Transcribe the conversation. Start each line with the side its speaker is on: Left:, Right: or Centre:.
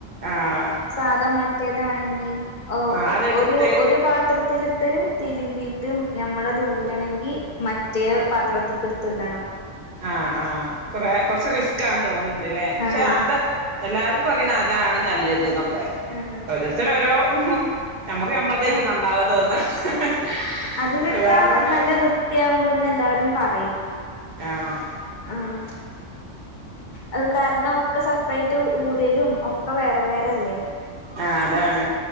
Right: ആഹ്
Left: സാധ മറ്റേതാണെങ്കിൽ
Right: ആഹ് അതെടുത്ത്
Left: ഒരു ഒരു പാത്രത്തിലിട്ട് തിരുമ്പീയിട്ട് നമ്മളത് ഊരണമെങ്കി മറ്റേ പാത്രത്തക്ക എടുത്ത് ഇടണം
Right: ആഹ് ആഹ് കൊറ കുറച്ച് റിസ്ക്ക് തോന്നുന്നുണ്ട്ല്ലേ പക്ഷെ
Left: ആഹ്
Right: അത് എല്ലാരും പറിണ അതാണ് നല്ലത് എന്നൊക്കെ
Left: ആഹ്
Right: ഓരോരുത്തരോഓരോ നമ്മക്ക് നമ്മളത്തേക്ക്
Left: ആഹ്
Right: നന്നാവാ തോന്നുന്നു
Left: അതിലിട്ടാ
Right: വേറെള്ളല്
Left: നല്ല വൃത്തിയാവുണ്ടെന്ന് എല്ലാവരും പറയും
Right: ആഹ്
Left: ആഹ് അത് കാരണം ഒക്കെ സെപ്പറേറ്റ് ഊരലും ഒക്കെ വേറെ വേറെല്ലേ
Right: ആ അതാണ്